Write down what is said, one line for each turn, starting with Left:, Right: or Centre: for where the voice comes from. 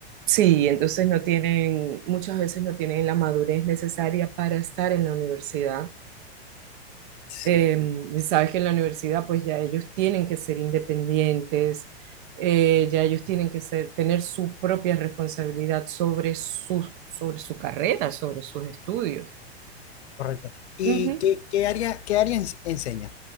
Right: Sí, entonces no tienen, muchas veces no tienen la madurez necesaria para estar en la universidad.
Left: Sí,
Right: Eh, sabes que en la universidad pues ya ellos tienen que ser independientes, eh, ya ellos tienen que ser, tener su propia responsabilidad sobre su, sobre su carrera, sobre sus estudios.
Left: correcto. ¿Y
Right: Ujú.
Left: qué, qué área, qué área ens- enseña?